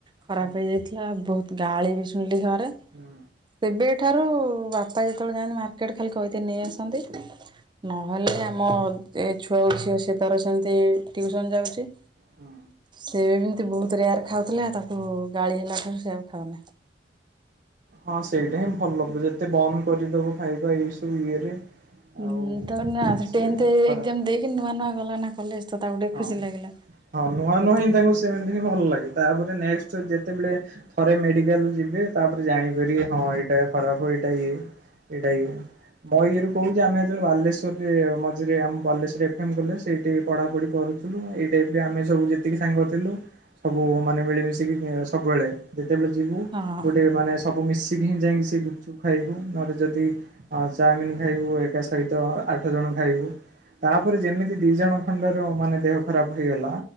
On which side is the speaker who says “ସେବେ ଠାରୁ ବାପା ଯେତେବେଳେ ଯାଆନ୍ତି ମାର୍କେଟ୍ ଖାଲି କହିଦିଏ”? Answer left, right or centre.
Right